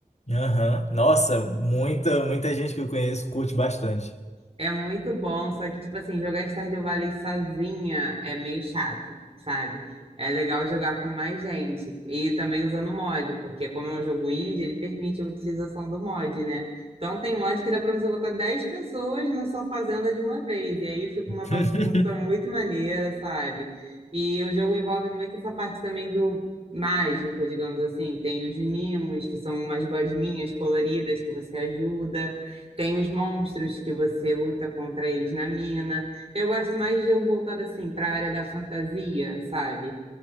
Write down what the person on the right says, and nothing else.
É muito bom, só que, tipo assim, jogar Stardew Valley sozinha é meio chato, sabe? É legal jogar com mais gente e também usando mod, porque como é um jogo indie, ele permite a utilização do mod, né? Então tem mod que dá pra você botar 10 pessoas na sua fazenda de uma vez, e aí fica
uma bagunça muito maneira, sabe? E o jogo envolve muito essa parte também do mágico, digamos assim. Tem os nimos, que são umas gosminhas coloridas que você ajuda. Tem os monstros que você luta contra eles na mina. Eu gosto mais de jogo voltado assim para a área da fantasia, sabe?